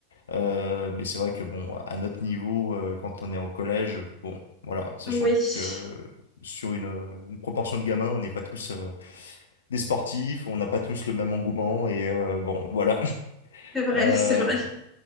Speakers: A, on the left; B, in the centre.
A: Euh, mais c'est vrai que, bon, à notre niveau, euh, quand on est au collège, bon, voilà, sachant
B: Oui, c'est
A: que sur une, une proportion de gamins, on n'est pas tous euh, des sportifs, on n'a pas tous le même engouement et euh, bon, voilà. <laughs>
B: vrai,
A: Euh,
B: <laughs> c'est vrai.